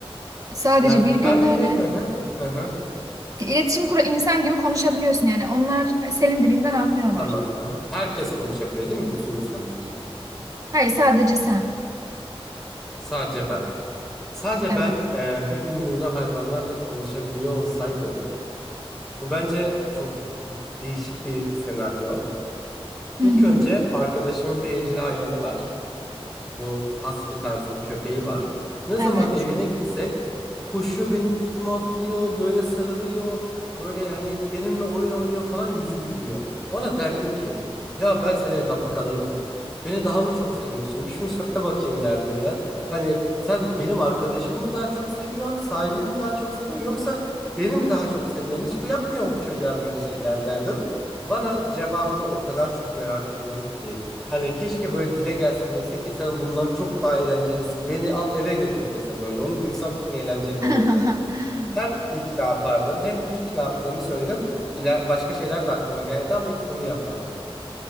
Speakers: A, on the right; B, in the centre.
A: sadece
B: Yani
A: bir günlüğüne
B: ben mi? Hı hı. Hı hı.
A: iletişim kura insan gibi konuşabiliyorsun yani. Onlar senin dilinden anlıyorlar.
B: Tamam. Hı hı. Herkes konuşabiliyor değil mi? Bütün insanlar.
A: Hayır, sadece sen.
B: Sadece ben. Sadece
A: Evet.
B: ben e, bir günlüğüne hayvanlarla konuşabiliyor olsaydım. Bu bence çok değişik bir senaryo. İlk
A: Hı hı.
B: önce arkadaşımın bir evcil hayvanı var. Bu husky tarzı bir köpeği var. Ne zaman
A: Evet.
B: evine gitsek koşuyor benim üstüme atlıyor, böyle sarılıyor, böyle hani benimle oyun oynuyor falan yüzü gülüyor. Ona derdim ki ya ben seni evlatlık alayım mı? Beni daha mı çok seviyorsun? Bir şunu söyle bakayım derdim ya. Hani sen benim arkadaşımı mı daha çok seviyorsun, sahibini mi daha çok seviyorsun yoksa beni mi daha çok seviyorsun? Hiç bu yapmıyorsun bu çocuğa böyle şeyler derdim. Bana cevabını o kadar çok merak ediyorum ki. Hani keşke böyle dile gelse dese ki sen bundan çok daha eğlencelisin. Beni al eve götür dese böyle. Onu duysam çok eğlenceli olurdu.
A: <laughs>
B: Sen ilk ne yapardın? Hem ilk ne yaptığımı söyledim. İla- başka şeyler de aklıma geldi ama ilk bunu yapardım.